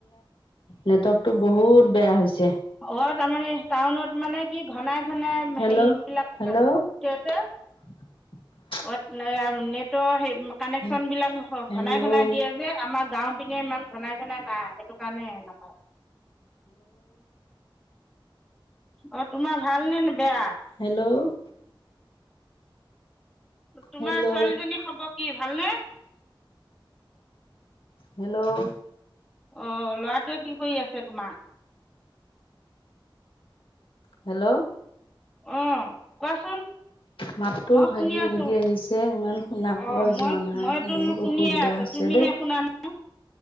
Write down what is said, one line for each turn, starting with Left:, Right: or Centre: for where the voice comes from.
Left: নেটৱৰ্কত টো বহুত বেয়া হৈছে।
Centre: অ তাৰমানে টাউনত মানে কি ঘনাই ঘনাই
Left: হেল্ল'
Centre: হেৰি বিলাক
Left: হেল্ল'
Centre: -
Left: <unintelligible>
Centre: অ তেনে আৰু নেটৱৰ্কৰ সেই- কানেকচন
Left: হেল্ল'
Centre: বিলাক
Left: হেল্ল'
Centre: ঘনাই ঘনাই দিয়ে যে আমাৰ গাওঁ পিনে ইমান ঘনাই - নে নাই সেইটো কাৰণে নাপায়। অ তোমাৰ ভাল নে বেয়া?
Left: হেল্ল'
Centre: তোমাৰ
Left: হেল্ল'
Centre: ছোৱালীজনী খবৰ কি ভাল নে?
Left: হেল্ল'
Centre: অ ল'ৰাটোৱে কি কৰি আছে তোমাৰ?
Left: হেল্ল'
Centre: অ কোৱাচোন?
Left: মাতটো
Centre: মই
Left: ভাগি
Centre: শুনি আছো
Left: ভাগি আহিছে ইমান শুনা পোৱা
Centre: অ মই
Left: যোৱা নাই
Centre: মই চোন
Left: বহুত
Centre: শুনিয়ে
Left: অসুবিধা
Centre: আছো।
Left: হৈছে
Centre: তুমিহে
Left: দেই
Centre: শুনা নাই